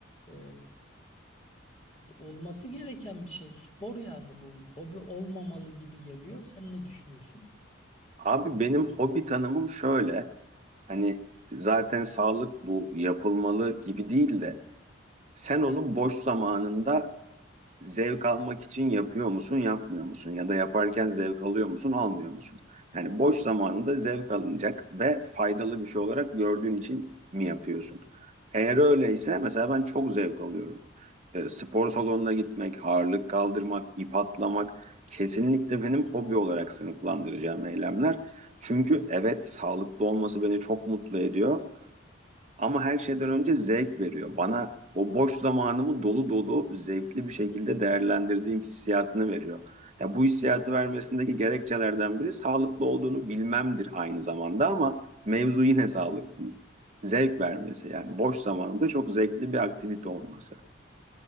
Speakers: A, on the left; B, on the right.
A: e, olması gereken bir şey. Spor yani bu hobi olmamalı gibi geliyor. Sen ne düşünüyorsun?
B: Abi benim hobi tanımım şöyle. Hani zaten sağlık bu yapılmalı gibi değil de sen onu boş zamanında zevk almak için yapıyor musun, yapmıyor musun? Ya da yaparken zevk alıyor musun, almıyor musun? Yani boş zamanında zevk alınacak ve faydalı bir şey olarak gördüğün için mi yapıyorsun? Eğer öyleyse mesela ben çok zevk alıyorum. E, spor salonuna gitmek, ağırlık kaldırmak, ip atlamak kesinlikle benim hobi olarak sınıflandıracağım eylemler. Çünkü evet sağlıklı olması beni çok mutlu ediyor. Ama her şeyden önce zevk veriyor. Bana o boş zamanımı dolu dolu zevkli bir şekilde değerlendirdiğim hissiyatını veriyor. Ya bu hissiyatı vermesindeki gerekçelerden biri sağlıklı olduğunu bilmemdir aynı zamanda ama mevzu yine sağlık değil. Zevk vermesi yani boş zamanında çok zevkli bir aktivite olması.